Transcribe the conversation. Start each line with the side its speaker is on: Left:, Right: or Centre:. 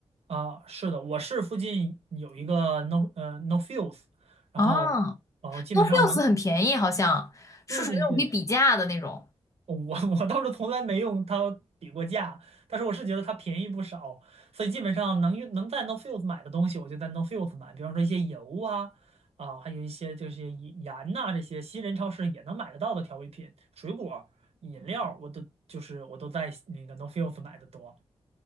Right: 啊。是的，我市附近有一个 No 呃 No Frills，然后然后基本上能。
Left: 啊 n o f i e l s 很便宜，好像是属于那种可以比价的那种。
Right: 对对对，我我倒是从来没用它比过价，但是我是觉得它便宜不少，所以基本上能用能在 n o f i e l d 买的东西，我就在 n o f i e l d 买，比方说一些油啊，啊，还有一些就是盐盐呐、这些新人超市也能买得到的调味品、水果、饮料，我都就是我都在那个 n o f i e l d 买的多。